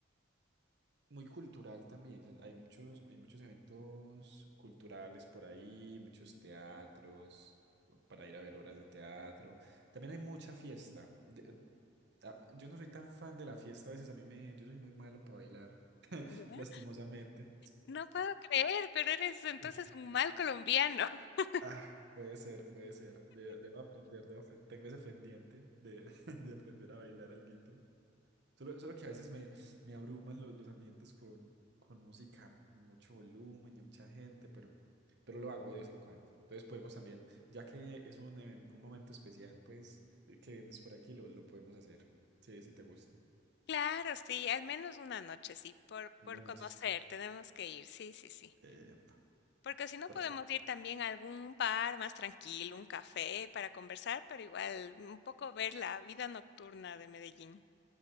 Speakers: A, on the right; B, on the left.
A: muy cultural también. o sea, Hay muchos, hay muchos eventos culturales por ahí, muchos teatros para ir a ver obras de teatro. También hay mucha fiesta. de- eh, ah, yo no soy tan fan de la fiesta, a veces a mí me, yo soy muy malo para bailar, <laughs>
B: ¿Ya?
A: lastimosamente.
B: No puedo creer, pero eres entonces
A: <laughs>
B: un mal colombiano. <laughs>
A: Ah, puede ser, puede ser. De- debo aprender, debo aprender. Tengo ese pendiente de, <laughs> de aprender a bailar alguito. Solo, solo que a veces me, me abruman lo- los ambientes con, con música, mu- mucho volumen y mucha gente, pero, pero lo hago de vez en cuando. Entonces podemos también, ya que es un, even- un momento especial, pues, eh, que vienes por aquí, lo, lo podemos hacer. Sí, si te gusta.
B: Claro, sí, al menos una noche, sí, por,
A: Buenas
B: por conocer,
A: noches.
B: tenemos que ir. Sí, sí, sí.
A: Epa,
B: Porque si no
A: por
B: podemos ir también a algún bar más tranquilo, un café para conversar, pero igual un poco ver la vida nocturna de Medellín.